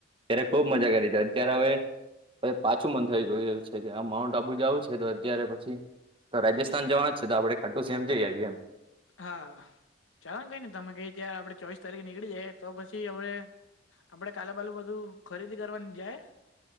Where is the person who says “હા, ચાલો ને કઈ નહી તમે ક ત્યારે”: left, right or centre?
Left